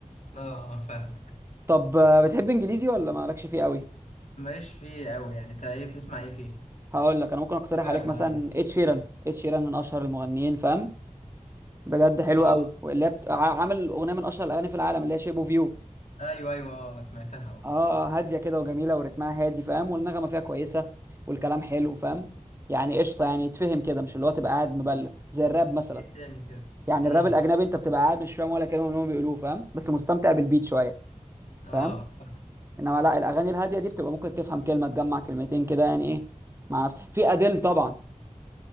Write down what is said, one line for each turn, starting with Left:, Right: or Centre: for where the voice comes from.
Left: آه، فاهمك
Right: طب آه، بتحب إنجليزي ولا مالكش فيه قوي؟
Left: ماليش فيه قوي يعني انت ايه بتسمع ايه فيه؟
Right: هقول لك انا ممكن اقترح
Left: اقترح
Right: عليك مثلا
Left: عليا
Right: ed شيران ed شيران من اشهر المغنيين فاهم بجد حلو
Left: اه
Right: قوي واللي هي بت... ع- عامل اغنيه من اشهر الاغاني في العالم اللي هي شيب اوف يو
Left: ايوه ايوه اه سمعتها اه
Right: اه آه، هاديه كده وجميله ورتمها هادي فاهم والنغمه فيها كويسه والكلام حلو فاهم يعني قشطه يعني يتفهم كده مش اللي هو تبقى قاعد مبلم
Left: طب
Right: زي الراب مثلا
Left: ايه تاني كده؟
Right: يعني
Left: امم
Right: الراب الاجنبي انت بتبقى قاعد مش فاهم ولا كلمه من اللي هم بيقولوه فاهم بس مستمتع بالبيت شويه
Left: اه
Right: فاهم
Left: فاهم
Right: انما لا الاغاني الهاديه دي بتبقى ممكن تفهم كلمه تجمع كلمتين كده يعني ايه مع نفسك في اديل طبعا